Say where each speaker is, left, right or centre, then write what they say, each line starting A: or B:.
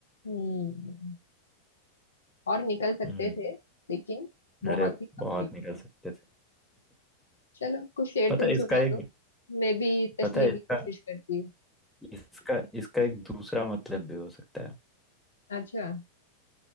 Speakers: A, on the left (about 70°); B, in the centre.
A: हम्म और निकल सकते
B: हम्म
A: थे लेकिन बहुत
B: अरे
A: ही कम
B: बहुत
A: निकले
B: निकल सकते थे
A: चलो कुछ शेर
B: पता
A: तुम
B: है इसका
A: सुना
B: एक
A: दो मैं भी तशरीह
B: पता है इसका
A: की कोशिश करती हूँ
B: इसका इसका एक दूसरा मतलब भी हो सकता है
A: अच्छा